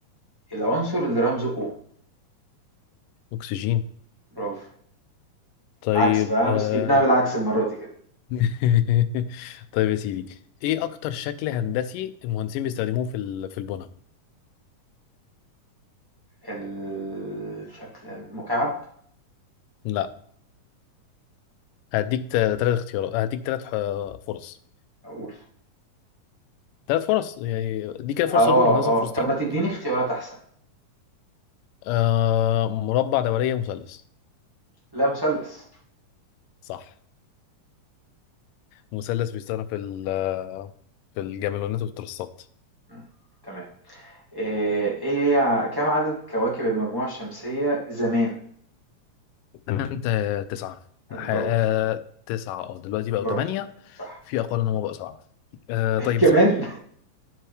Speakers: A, on the right; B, on the left.
A: العنصر اللي رمزه O
B: اكسجين
A: برافو
B: طيب
A: العكس بقى أنا
B: آه...
A: بس جبناها بالعكس المرة دي كده
B: <laughs> طيب يا سيدي ايه اكتر شكل هندسي المهندسين بيستخدموه في ال... في البناء
A: الشكل المكعب
B: لا هديك ثلاث اختيارات هديك ثلاث فرص
A: أقول
B: ثلاث فرص يعني دي كده الفرصة
A: اه
B: الأولى نازل
A: اه
B: فرصتين
A: طب ما تديني اختيارات أحسن
B: آه مربع دورية مثلث
A: لا مثلث
B: صح مثلث بيستخدم في ال- آه، في الجاملونات والترسات
A: مم، تمام آه، ايه هي ع- كم عدد كواكب المجموعة الشمسية زمان
B: تمام انت تسعة ح-
A: برافو
B: آه، تسعة اه دلوقتي بقوا
A: برافو
B: ثمانية
A: صح
B: في أقل إن هم بقوا سبعة آه
A: <laughs>
B: طيب
A: كمان
B: يا سيدي